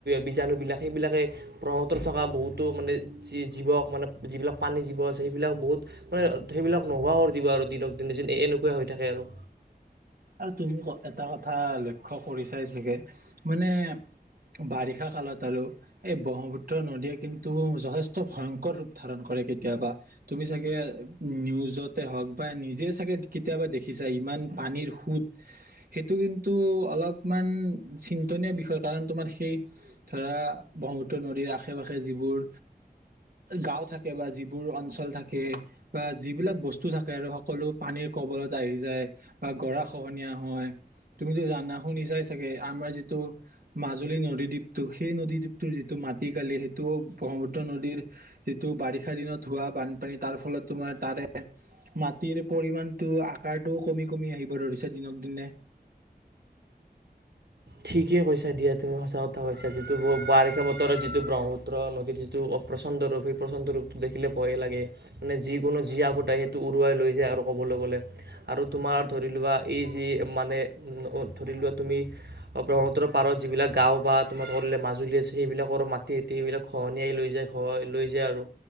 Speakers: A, on the right (about 80°); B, on the right (about 60°).
A: বীজাণুবিলাক সেইবিলাকে ব্ৰহ্মপুত্ৰত থকা বহুতো মানে জী - জীৱক মানে যিবিলাক পানী জীৱ আছে সেইবিলাক বহুত মানে সেইবিলাক নোহোৱা কৰি দিব আৰু দিনক দিনে এনেকুৱা হৈ থাকে আৰু
B: আৰু তুমি এটা কথা লক্ষ্য কৰিচাই চাগে মানে বাৰিষা কালত আৰু এই ব্ৰহ্মপুত্ৰ নদীয়ে কিন্তু যথেষ্ট ভয়ংকৰ ৰূপ ধাৰণ কৰে কেতিয়াবা তুমি চাগে নিউজতে হওক বা নিজে চাগে কেতিয়াবা দেখিছা ইমান পানীৰ সুত সেইটো কিন্তু অলপমান চিন্তনীয় বিষয় কাৰণ তোমাৰ সেই ধৰা ব্ৰহ্মপুত্ৰ নদীৰ আশে পাশে যিবোৰ গাঁও থাকে বা যিবোৰ অঞ্চল থাকে বা যিবিলাক বস্তু থাকে আৰু সকলো পানীৰ কবলত আহি যায় বা গৰা খহনীয়া হয় তুমিতো জানা শুনি চাই ছাগে আমাৰ যিটো মাজুলী নদীদ্বীপটো সেই নদীদ্বীপটোৰ যিটো মাটিকালি সেইটো ব্ৰহ্মপুত্ৰ নদীৰ যিটো বাৰিষা দিনত হোৱা বানপানী তাৰ ফলত তোমাৰ তাৰে মাটিৰ পৰিমানতটো আকাৰটোও কমি কমি আহি ব ধৰিছে দিনক দিনে।
A: ঠিকেই কৈছা দিয়া তুমি সঁচা কথা কৈছা যিটো বাৰিষা বতৰত যিটো ব্ৰহ্মপুত্ৰ নদীৰ যিটো প্ৰচণ্ড ৰূপ সেই প্ৰচণ্ড ৰূপটো দেখিলে ভয়ে লাগে মানে যিকোনো যি আগত আহে সেইটো উৰুৱাই লৈ যায় আৰু ক'বলৈ গ'লে আৰু তোমাৰ ধৰি লোৱা এই যি মানে ধৰি লোৱা তুমি ব্ৰহ্মপুত্ৰৰ পাৰত যিবিলাক গাঁও বা তোমাৰ ক মাজুলী আছে সেইবিলাকৰ মাটি হতি সেইবিলাক খহনিয়াই লৈ যায় লৈ যায় খহাই লৈ যায় আৰু